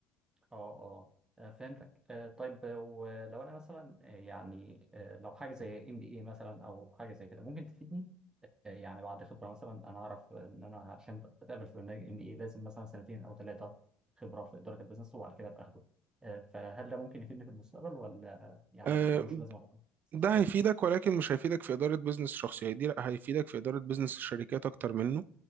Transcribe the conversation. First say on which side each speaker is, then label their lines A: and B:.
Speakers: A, on the right; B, on the right.
A: أه أه آه، فهمتك آه، طيب آه، ولو أنا مثلا آه، يعني آه، لو حاجة زي ام بي اي مثلا أو حاجة زي كده ممكن تفيدني؟ آه، يعني بعد خبرة مثلا أنا أعرف إن أنا عشان أتقابل في برنامج ام بي اي لازم مثلا سنتين أو ثلاثة خبرة في إدارة البيزنس وبعد كده أبقى أخده آه، فهل ده ممكن يفيدني في المستقبل ولا يعني
B: آه،
A: ملوش لازمة خالص؟
B: ده هيفيدك ولكن مش هيفيدك في إدارة بيزنس شخصي هيدير- هيفيدك في إدارة بيزنس الشركات أكتر منه